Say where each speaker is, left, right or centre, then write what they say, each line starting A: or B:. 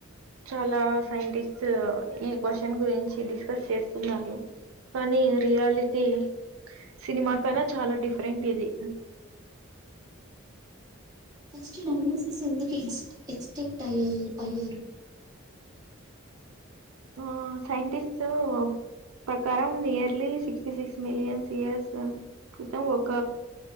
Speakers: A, on the right; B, on the right.
A: చాలా సైంటిస్ట్ ఈ క్వశ్చన్ గురించి డిస్కస్ చేస్తున్నారు కానీ రియాలిటీ సినిమా కన్నా చాలా డిఫరెంట్ ఇది
B: ఫస్ట్ <unintelligible> ఎందుకు ఎగ్జిట్ ఎక్స్టింక్ట్ అయ్యాయి
A: ఆ సైంటిస్ట్సు ప్రకారం nearly sixty six millions years క్రితం ఒక